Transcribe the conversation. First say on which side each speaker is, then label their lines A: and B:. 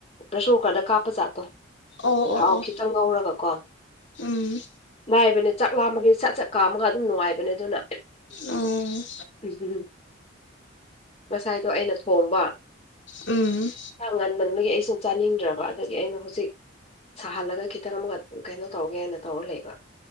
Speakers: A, on the left; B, on the left.
A: ꯄ꯭ꯔꯦꯁꯔ ꯀꯨꯀꯔꯗ ꯀꯥꯞꯄ ꯖꯥꯠꯇꯣ
B: ꯑꯣ
A: ꯊꯥꯎ
B: ꯑꯣ ꯑꯣ
A: ꯈꯤꯇꯪ ꯉꯧꯔꯒꯀꯣ
B: ꯎꯝ
A: ꯅꯥꯏꯕꯅꯦ ꯆꯥꯛ ꯂꯥꯃꯒꯤ ꯁꯠ ꯁꯠ ꯀꯥ ꯑꯃꯒꯥ ꯑꯗꯨꯝ ꯅꯨꯡꯉꯥꯏꯕꯅꯦ ꯑꯗꯨꯅ
B: ꯎꯝ
A: ꯎ ꯉꯁꯥꯏꯗꯣ ꯑꯩꯅ ꯊꯣꯡꯕ
B: ꯎꯝ
A: ꯉꯟꯃꯟꯕꯒꯤ ꯑꯩ ꯀ ꯁ ꯆꯥꯅꯤꯡꯗ꯭ꯔꯕ ꯑꯗꯒꯤ ꯑꯩꯅ ꯍꯧꯖꯤꯛ ꯁꯥꯍꯜꯂꯒ ꯈꯤꯇꯪ ꯑꯃꯒ ꯀꯩꯅꯣ ꯇꯧꯒꯦ ꯍꯥꯏꯅ ꯇꯧꯔ ꯂꯩꯕ